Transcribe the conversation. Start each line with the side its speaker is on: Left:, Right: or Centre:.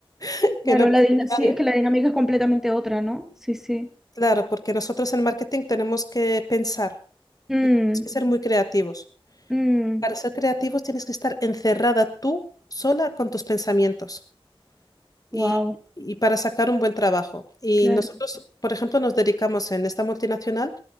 Left: <laughs>
Centre: claro,
Left: que no me
Centre: la
Left: moleste
Centre: dina- sí,
Left: nadie.
Centre: es que la dinámica es completamente otra, ¿no? Sí, sí.
Left: Claro, porque nosotros en marketing tenemos que pensar
Centre: Mm,
Left: y tenemos que ser muy creativos.
Centre: mm,
Left: Para ser creativos tienes que estar encerrada tú sola con tus pensamientos. y,
Centre: wow,
Left: y para sacar un buen trabajo. Y
Centre: claro.
Left: nosotros, por ejemplo, nos dedicamos en esta multinacional